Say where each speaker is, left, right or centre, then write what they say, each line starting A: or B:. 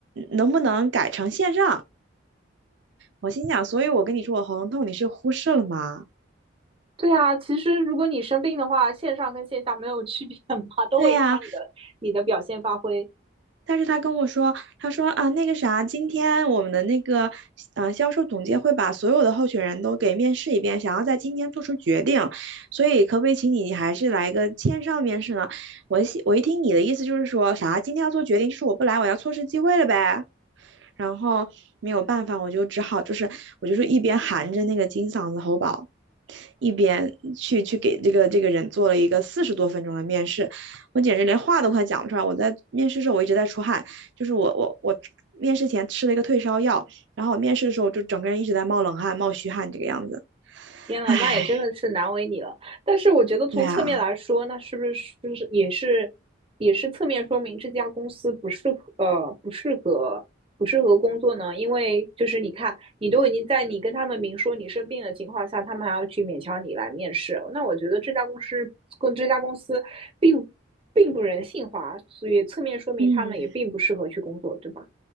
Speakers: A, on the right (about 65°); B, on the right (about 30°).
A: 能不能改成线上？我心想，所以我跟你说我喉咙痛，你是忽视了吗？
B: 对啊，其实如果你生病的话，线上跟线下没有区别嘛，都会影响你的你的表现发挥。
A: 对呀，但是他跟我说，他说啊，那个啥，今天我们的那个呃销售总监会把所有的候选人都给面试一遍，想要在今天做出决定，所以可不可以请你，你还是来个线上面试呢？我一我一听你的意思就是说啥，今天要做决定，就是我不来，我要错失机会了呗。然后没有办法，我就只好就是我就是一边含着那个金嗓子喉宝，一边去去给这个这个人做了一个四十多分钟的面试，我简直连话都快讲不出来。我在面试的时候我一直在出汗，就是我我我面试前吃了一个退烧药，然后我面试的时候就整个人一直在冒冷汗、冒虚汗这个样子。
B: 天呐，
A: 唉，
B: 那也真的是难为你了。但是我觉得从侧面来说，
A: 对啊，
B: 那是不是是不是也是也是侧面说明这家公司不适合呃不适合不适合工作呢？因为就是你看，你都已经在你跟他们明说你生病的情况下，他们还要去勉强你来面试，那我觉得这家公司跟这家公司并并不人性化，所以侧面说明他们也并不适合去工作，
A: 嗯，
B: 对吧？